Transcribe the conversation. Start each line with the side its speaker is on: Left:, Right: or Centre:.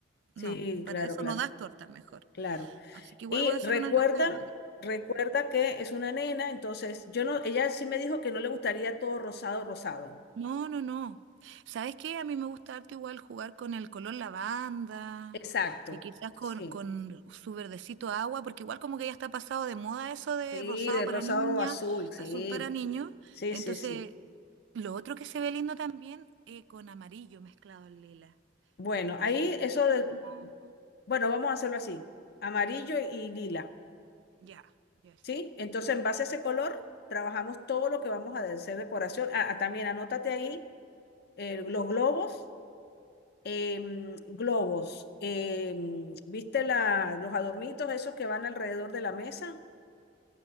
Left: Sí,
Right: no. Para
Left: claro,
Right: eso
Left: claro,
Right: no das torta mejor.
Left: claro.
Right: Así que igual
Left: Y
Right: voy a hacer
Left: recuerda,
Right: una torta grande.
Left: recuerda que es una nena, entonces, yo no, ella sí me dijo que no le gustaría todo rosado, rosado.
Right: No, no, no. ¿Sabes qué? A mí me gusta harto igual jugar con el color lavanda
Left: Exacto.
Right: y quizás con,
Left: Sí,
Right: con su verdecito agua, porque igual como que ya está pasado de moda eso de
Left: Sí,
Right: rosado
Left: de
Right: para
Left: rosado
Right: niña,
Left: azul, sí.
Right: azul para niños.
Left: Sí,
Right: Entonces,
Left: sí, sí.
Right: lo otro que se ve lindo también eh, con amarillo mezclado en lila.
Left: Bueno,
Right: Así
Left: ahí
Right: que podría
Left: eso de-
Right: ser como...
Left: bueno, vamos a hacerlo así. Amarillo y lila,
Right: Ya, ya sí.
Left: ¿sí? Entonces, en base a ese color, trabajamos todo lo que vamos a hacer decoración. Ah, ah, también anótate ahí eh, los globos, em, globos, em, ¿viste la, los adornitos esos que van alrededor de la mesa?